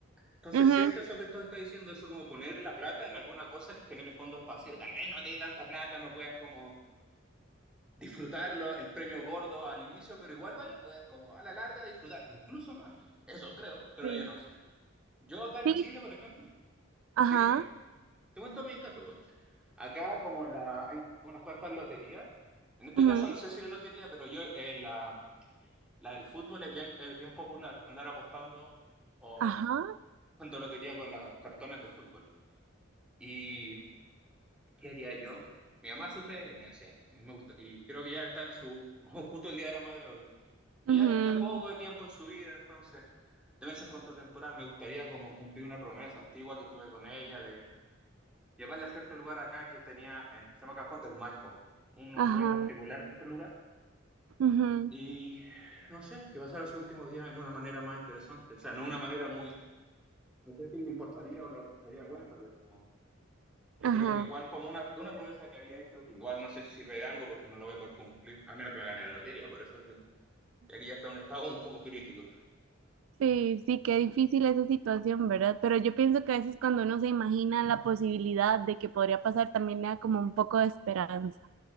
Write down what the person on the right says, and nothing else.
ujú.
Sí.
Sí,
ajá,
ujú,
ajá,
ujú.
Ajá,
ujú,
ajá.
Sí, sí, qué difícil esa situación, ¿verdad? Pero yo pienso que a veces cuando uno se imagina la posibilidad de que podría pasar, también le da como un poco de esperanza.